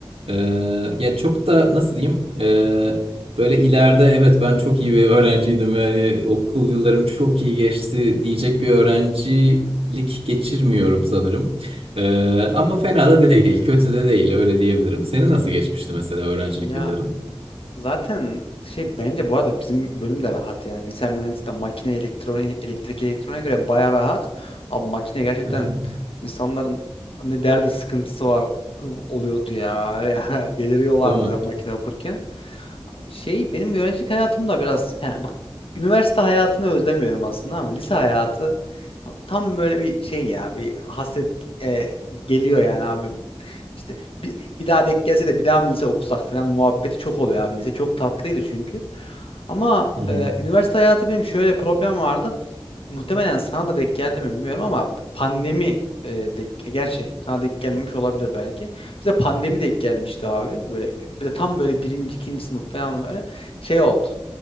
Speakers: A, on the right; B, on the left.
A: E, ya çok da nasıl diyeyim? E, böyle ileride evet ben çok iyi bir öğrenciydim ve hani okul yıllarım çok iyi geçti diyecek bir öğrencilik geçirmiyorum sanırım. E, ama fena da değil, kötü de değil öyle diyebilirim. Senin nasıl geçmişti mesela öğrencilik
B: Ya
A: yılların?
B: zaten şey bence bu arada bizim bölüm de rahat yani bilgisayar mühendisliği de makine elektronik elektrik elektroniğe göre baya rahat. Abi makine gerçekten
A: Aha,
B: insanların ne derdi sıkıntısı var oluyordu ya. <laughs> Ya deliriyorlardı
A: değil mi?
B: makine okurken. Şey benim öğrencilik hayatım da biraz he, bak üniversite hayatını özlemiyorum aslında ama lise hayatı tam böyle bir şey ya bir hasret e, geliyor yani abi işte bir, bir daha denk gelse de bir daha mı lise okusak falan muhabbeti çok oluyor abi. Lise çok tatlıydı çünkü. Ama
A: Hı hı.
B: e, üniversite hayatı benim şöyle problem vardı. Muhtemelen sana da denk geldi mi bilmiyorum ama pandemi e, denk- e, gerçi sana denk gelmemiş olabilir belki. Bize pandemi denk gelmişti abi. Böyle bir de tam böyle birinci, ikinci sınıf falan böyle şey oldu.